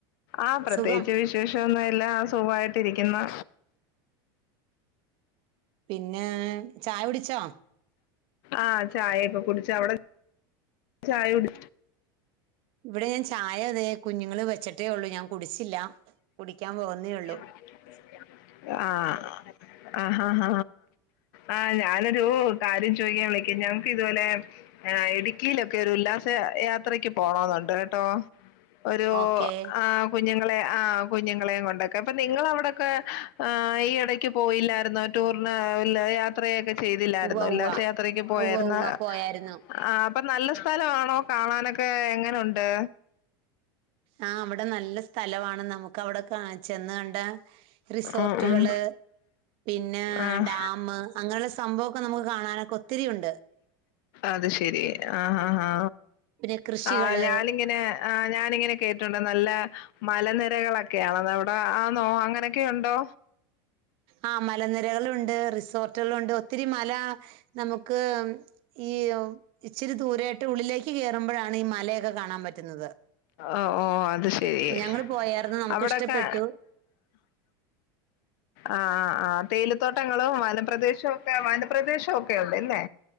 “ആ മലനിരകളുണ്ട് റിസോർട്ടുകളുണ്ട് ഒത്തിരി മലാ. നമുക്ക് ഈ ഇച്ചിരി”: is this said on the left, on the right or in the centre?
Right